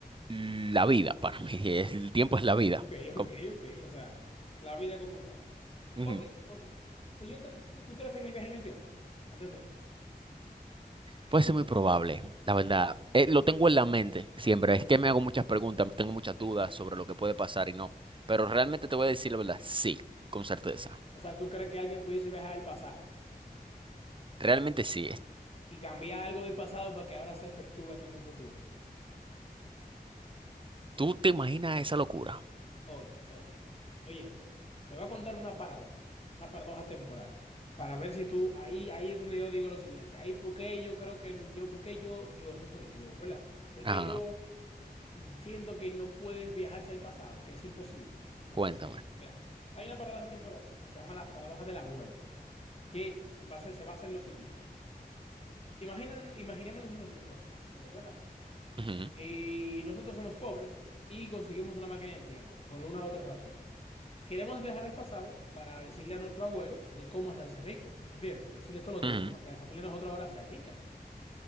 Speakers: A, on the right; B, on the left.
A: la vida para mí. <laughs> es- El tiempo
B: Claro,
A: es la vida.
B: Ok,
A: Com-
B: ok, ok. O sea, la vida como tal.
A: Ujú.
B: Ok, ok. Si yo te- ¿tú crees en el viaje en el tiempo? Antes de.
A: Puede ser muy probable, la verdad. Eh, lo tengo en la mente siempre. Es que me hago muchas preguntas, tengo muchas dudas sobre lo que puede pasar y no. Pero realmente te voy a decir la verdad. Sí, con certeza.
B: O sea, ¿tú crees que alguien pudiese viajar al pasado
A: Realmente sí. Es-
B: y cambiar algo del pasado para que ahora se efectúe aquí en el futuro?
A: ¿Tú te imaginas esa locura?
B: Oye, oye, oye, oye, oye esto. Te voy a contar una paradoja, una paradoja temporal, para ver si tú, ahí, ahí es donde yo digo lo siguiente, ahí porque yo creo que, yo, porque yo, yo, eso soy yo, ¿verdad? Porque
A: Ajá,
B: yo siento que no puedes viajarse al pasado, que es imposible, por
A: cuéntame.
B: lo siguiente. Mira, hay una paradoja temporal, se llama la paradoja del abuelo, que basa- se basa en lo siguiente. Imaginan, imaginémonos los nosotros hoy, ¿verdad?
A: Ujú,
B: Y nosotros somos pobres y conseguimos una máquina del tiempo, por una u otra razón. Queremos viajar al pasado para decirle a nuestro abuelo de cómo hacerse rico, ¿entiendes? Decirle todos los
A: ujú,
B: trucos para que la familia de nosotros ahora sea rica.